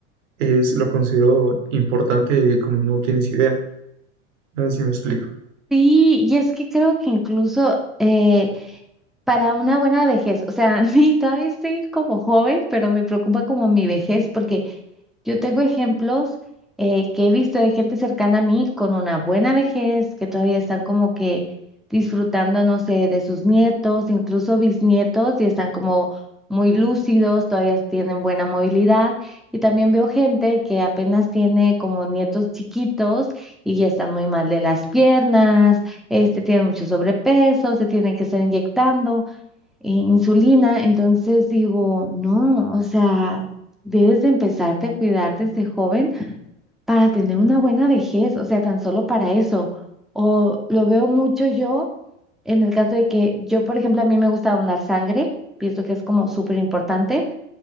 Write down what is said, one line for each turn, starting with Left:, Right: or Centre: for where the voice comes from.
Right: es lo considero importante como no tienes idea. No sé si me explico.
Centre: Sí, y es que creo que incluso eh, para una buena vejez, o sea, <laughs> a mí todavía estoy como joven, pero me preocupa como mi vejez, porque Yo tengo ejemplos eh, que he visto de gente cercana a mí con una buena vejez, que todavía están como que disfrutando, no sé, de sus nietos, incluso bisnietos, y están como muy lúcidos, todavía tienen buena movilidad. Y también veo gente que apenas tiene como nietos chiquitos y ya están muy mal de las piernas, este, tienen mucho sobrepeso, se tienen que estar inyectando eh, insulina. Entonces digo, no, o sea, debes de empezarte a cuidar desde joven para tener una buena vejez, o sea, tan solo para eso. O lo veo mucho yo en el caso de que yo, por ejemplo, a mí me gusta donar sangre, pienso que es como súper importante.